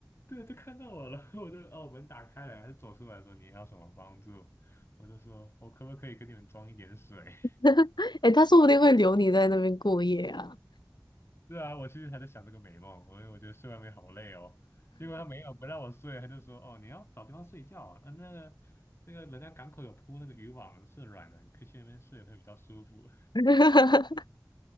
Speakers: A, on the left; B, on the left.
A: 对啊，就看到我了，<laughs> 我就哦门打开了，他就走出来说你要什么帮助，我就说我可不可以给你们装一点水，
B: <laughs> 哎他说不定会留你在那边过夜啊。
A: 是啊，我其实还在想这个美梦，我我觉得睡外面好累哦。结果他没有不让我睡，他就说：“哦，你要找地方睡觉。呃，那个那个人家港口有铺那个渔网，是软的，你可以去那边睡，会比较舒服。
B: <laughs>